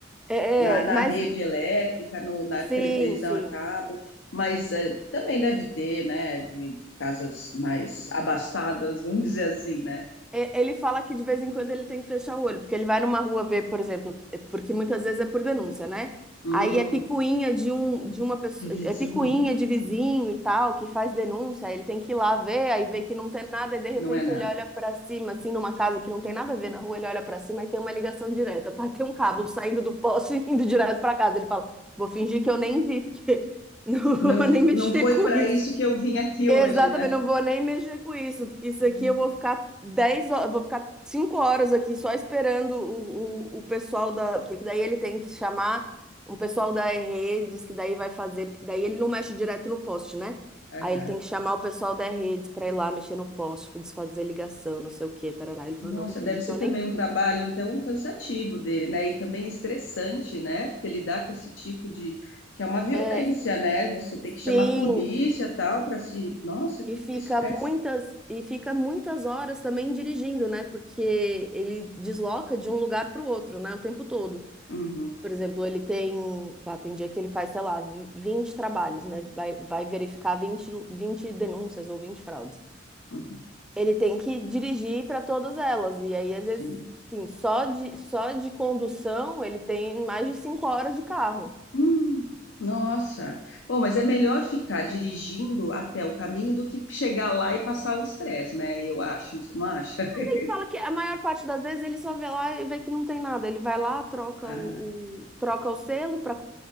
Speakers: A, in the centre; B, on the left (about 70°).
A: É,
B: na, na
A: é, mas
B: rede elétrica, no, na
A: Sim,
B: televisão
A: sim.
B: a cabo, mas eh, também deve ter, né, de, de casas mais abastadas, <laughs> vamos dizer assim, né?
A: E- Ele fala que de vez em quando ele tem que fechar o olho, porque ele vai numa rua ver, por exemplo, é porque muitas vezes é por denúncia, né?
B: Hum,
A: Aí é picuinha de um, de uma pessoa,
B: de vizinho,
A: é picuinha de vizinho e tal, que faz denúncia, aí ele tem que ir lá ver, aí vê que não tem nada, e de repente
B: não é nada.
A: ele olha pra cima, assim, numa casa que não tem nada a ver na rua, ele olha pra cima e tem uma ligação direta, pá, tem um cabo saindo do poste e indo direto pra casa. Ele fala, vou fingir que eu nem vi, porque <laughs> não vou
B: Não,
A: nem mexer
B: não foi
A: com
B: para
A: isso.
B: isso que eu vim aqui
A: Exatamente,
B: hoje, né?
A: não vou nem mexer com isso, porque isso
B: Meu
A: aqui eu vou ficar
B: Deus.
A: 10 horas, vou ficar 5 horas aqui só esperando o, o, o pessoal da. Porque daí ele tem que chamar um pessoal da redes, que daí vai fazer, porque daí ele não mexe direto no poste, né?
B: Aham.
A: Aí ele tem que chamar o pessoal da redes pra ir lá mexer no poste, desfazer ligação, não sei o quê, tarará. Ele
B: Nossa,
A: falou, não, vou fingir
B: deve ser
A: que eu
B: também
A: nem vi.
B: um trabalho, então, cansativo dele, né? E também estressante, né? Porque lidar com esse tipo de. Que é uma violência,
A: É,
B: né? Você tem que chamar
A: sim,
B: a polícia tal para se. Nossa, que,
A: e fica
B: que estresse.
A: muitas e fica muitas horas também dirigindo, né? Porque ele desloca de um lugar para o outro, né? O tempo todo.
B: Uhum.
A: Por exemplo, ele tem, pá, tem dia que ele faz, sei lá, vi- 20 trabalhos, né? Vai, vai verificar vinte vinte denúncias ou 20 fraudes.
B: Uhum,
A: Ele tem que dirigir para todas elas. E aí, às
B: Sim.
A: vezes, sim, só de, só de condução ele tem mais de 5 horas de carro.
B: Hum, nossa. Bom, mas é melhor ficar dirigindo até o caminho do que chegar lá e passar o estresse, né? Eu acho, você não acha? <laughs>
A: Ele fala que a maior parte das vezes ele só vê lá e vê que não tem nada. Ele vai lá, troca
B: Ah,
A: o, o- troca o selo para,